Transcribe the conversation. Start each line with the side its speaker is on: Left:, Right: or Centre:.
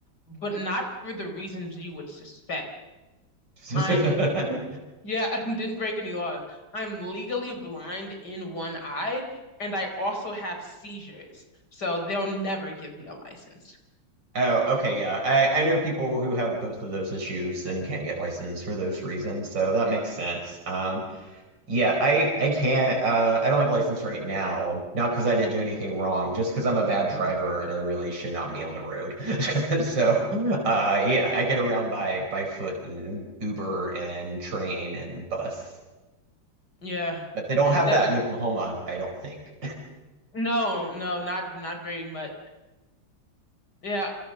Left: but not for the reasons you would suspect.
Right: <laughs>
Left: I'm yeah, <laughs> I didn't break any laws. I'm legally blind in one eye, and I also have seizures, so they'll never give me a license.
Right: Oh, okay, yeah. I I know people who have both of those issues and can't get licensed for those reasons, so that makes sense. Um, yeah, I I can't uh I don't have a license right now, not because I didn't do anything wrong, just because I'm a bad driver and I really should not be on the road. <laughs> So, uh yeah, I get around by by foot and Uber and train and bus.
Left: Yeah.
Right: But they don't have
Left: That's
Right: that in Oklahoma, I don't think.
Left: no, no, not not very much. Yeah.